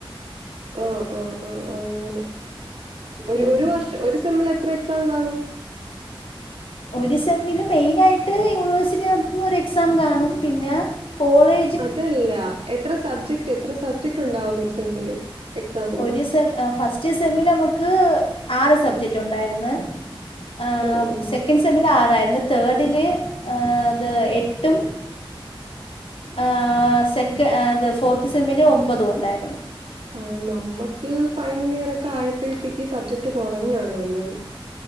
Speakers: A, on the right; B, on the left.
A: ആഹ് ആഹ് ആഹ് അങ്ങനെ ഒരു
B: ഉം
A: ഒരു വർഷം ഒരു സെമ്മിൽ എത്ര എക്സ് സാം കാണും
B: ഒരു സെമ്മില് മെയിനായിട്ട് യൂണിവേഴ്സിറ്റി നടത്തുന്ന ഒരു എക്സാം കാണും പിന്നെ കോളേ
A: അതല്ല എത്ര സബ്ജക്ട് എത്ര സബ്ജക്ട് ഉണ്ടാവും ഒരു സെമ്മില് എക്സാമിന്
B: ഒരു സെം ഏ് ഫസ്റ്റ് സെമ്മില് നമുക്ക് ആറ് സബ്ജെക്ട് ഉണ്ടായിരിന്ന് ഏ്
A: ഉം ഉം
B: സെക്കൻ സ്- സെമ്മില് ആറായിര്ന്ന് തേർഡില്ഏ് ത് എട്ടും ഏ് സെക്ക് ഏ ത് ഫോർത്ത് സെമ്മില് ഒമ്പതും ഒണ്ടായിര്ന്ന്
A: ആഹ് നമ്മക്ക് ഫൈൻലിയർ ഒക്കെ ആയപ്പഴത്തേക്ക് സബ്ജക്ട് കാെറഞ്ഞാണ് വന്നത്